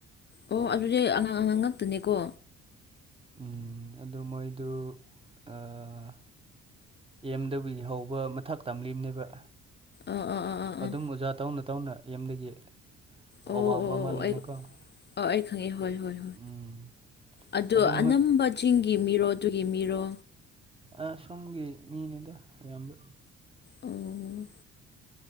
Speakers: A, on the left (about 35°); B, on the right (about 20°).
A: ꯑꯣ ꯑꯗꯨꯗꯤ ꯑꯉꯥꯡ ꯑꯉꯥꯡ ꯉꯥꯛꯇꯅꯤꯀꯣ
B: ꯎꯝ ꯑꯗꯨ ꯃꯣꯏꯗꯨ ꯑꯥ ꯑꯦꯝ <unintelligible> ꯍꯧꯕ ꯃꯊꯛ ꯇꯝꯂꯤꯕꯅꯦꯕ
A: ꯑꯥ ꯑꯥ ꯑꯥ ꯑꯥ ꯑꯥ
B: ꯑꯗꯨꯝ ꯑꯣꯖꯥ ꯇꯧꯅ ꯇꯧꯅ ꯑꯦꯝꯗꯒꯤ
A: ꯑꯣ ꯑꯣ
B: ꯑꯋꯥꯡꯕ ꯑꯃ
A: ꯑꯣ
B: ꯂꯩꯅꯀꯣ
A: ꯑꯩ ꯑꯥ ꯑꯩ ꯈꯪꯉꯦ ꯍꯣꯏ ꯍꯣꯏ ꯍꯣꯏ
B: ꯎꯝ,
A: ꯑꯗꯣ
B: ꯑꯗꯨꯝ
A: ꯑꯅꯝꯕ
B: ꯍꯣꯏ
A: ꯆꯤꯡꯒꯤ ꯃꯤꯔꯣ ꯑꯗꯨꯒꯤ ꯃꯤꯔꯣ
B: ꯑꯥ ꯁꯣꯝꯒꯤ ꯃꯤꯅꯤꯗ ꯑꯌꯥꯝꯕ
A: ꯎꯝ